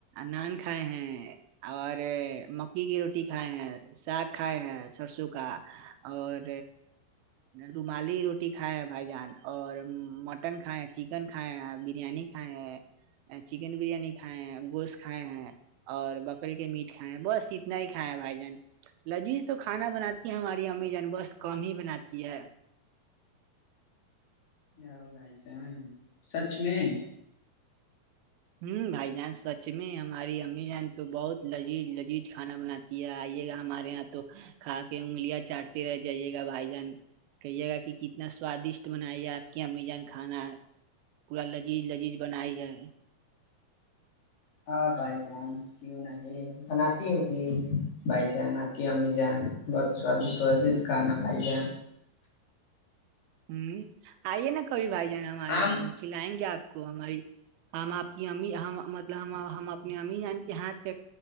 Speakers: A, on the right; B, on the left.
A: نان کھائے ہیں اور مکی کی روٹی کھائے ہیں ساگ کھائے ہیں سرسوں کا اور رومالی روٹی کھائے ہیں بھائی جان اور مٹن کھائے ہیں چکن کھائے ہیں بریانی کھائے ہیں چکن بریانی کھائے ہیں گوشت کھائے ہیں اور بکرے کے میٹ کھائے ہیں بس اتنا ہی کھائے ہے بھائی جان لجیذ تو کھانا بناتی ہیں ہماری امی جان بس کم ہی بناتی ہے
B: و بھائی سن سچ میں
A: ہوں بھائی جان سچ میں ہماری امی جان تو بہت لذیذ لذیذ کھانا بناتے یہ آئیے گا ہمارے یہاں تو کھا کے انگلیاں چاٹتے رہ جائیے گا بھائی جان کہیے گا کہ کتنا سوادشٹ بنائی گ آپ کی امزان کھانا پورا لذیذ لذیذ بنائی ہے
B: ہاں بھائی جان کیوں نہیں بناتی ہوگی بھائی جان آپ کی امی جان بہت سوادشٹ وادشٹ کھانا بھائی جان
A: ہوں آئیے نا کبھی بھائی جان ہمارے
B: آم
A: یہاں ہم کھلائیں گے آپ کو ہماری ہم آپ کی امی ہم مطلب ہم ہم یہات